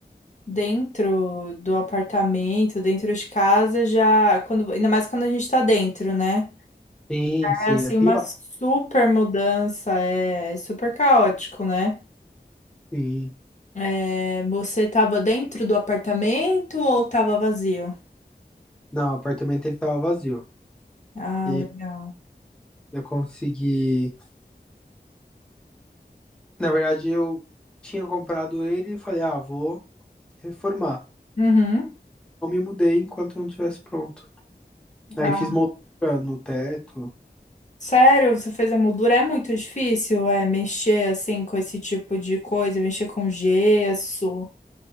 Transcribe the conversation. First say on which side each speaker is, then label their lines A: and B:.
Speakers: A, on the left; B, in the centre.
A: dentro do apartamento, dentro de casa, já quando, ainda mais quando a gente tá dentro, né?
B: Sim, sim,
A: É assim
B: é pior.
A: uma super mudança, é é super caótico, né?
B: Sim.
A: É, você tava dentro do apartamento ou tava vazio?
B: Não, o apartamento ele tava vazio.
A: Ah,
B: E
A: legal.
B: eu consegui. Na verdade, eu tinha comprado ele e falei, ah, vou reformar.
A: Uhum.
B: Não me mudei enquanto não tivesse pronto. Aí
A: Ah,
B: fiz moldura no teto.
A: sério, você fez a moldura? É muito difícil, é mexer assim com esse tipo de coisa, mexer com gesso,